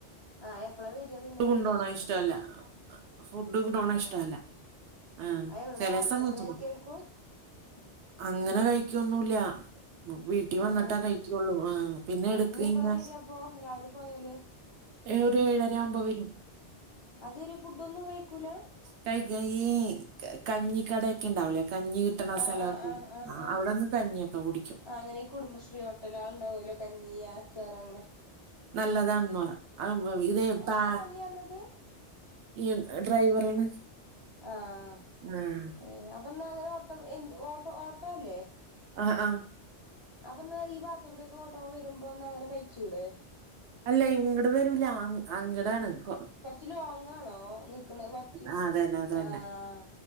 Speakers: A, on the left; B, on the right.
A: ആ എപ്പളാ വരിക പിന്നെ
B: ഫുഡ് കൊണ്ടോണത് ഇഷ്ടല്ല. ഫുഡ് കൊണ്ടോണത്
A: ആ
B: ഇഷ്ടല്ല ആഹ്
A: അത് എവിടുന്നാ
B: ചെലേസം
A: ഹോട്ടലിന്ന്
B: <unintelligible>
A: കഴിക്കായിരിക്കും
B: അങ്ങനെ കഴിക്കൊന്നുല്ല വീ ട്ടി വന്നിട്ടാ
A: ആ
B: കഴിക്കുള്ളൂ ആഹ് പിന്നെ എടുക്കും
A: ഇനി എപ്പളാ
B: ഇങ്ങ
A: വരിക അപ്പൊ രാവിലെ പോയാല്
B: ഏഴ് ഏഴര ആവുമ്പോ വരും
A: അതുവരെ ഫുഡ് ഒന്നും കഴിക്കൂല
B: കഴിക്കണെങ്കി കഞ്ഞിക്കട ഒക്കെ ഉണ്ടാവൂലേ കഞ്ഞി കിട്ടണ
A: ആ
B: സ്ഥലക്കെ
A: ആ ആ ആ
B: ആഹ്
A: ആ
B: അവിടെന്ന് കഞ്ഞിയൊക്കെ കുടിക്കും
A: ആ അങ്ങനെ ഈ കുടുംബശ്രീ ഹോട്ടലാൾ ഉണ്ടാവോലോ കഞ്ഞി ആച്ചാർ അങ്ങനെ
B: നല്ലതാണന്നുപറ അത് ഇതേ പാ
A: തന്നത്
B: ഈ ഡ്രൈവറാണ്
A: ആഹ്
B: ആഹ്
A: ഏഹ് അപ്പൊ എന്നാ ഇങ്ങളെ ഓട്ടം എന്ത്‌ ഓട്ടോ ഓട്ടോ ഇല്ലേ
B: ആഹ് ആഹ്
A: അപ്പൊ എന്നാ ഈ ഭാഗത്തുക്കൂടി ഒക്കെ ഓട്ടം വരുമ്പോന്നാ അങ്ങനെ കഴിച്ചൂടെ
B: അല്ല ഇങ്ങട് വരൂല അങ്ങ അങ്ങടാണ് കൊ
A: കൊറച്ച് ലോങ്ങാണോ നിക്കണ വർക്ക്
B: ആഹ് അതന്നെ അതന്നെ
A: ആഹ്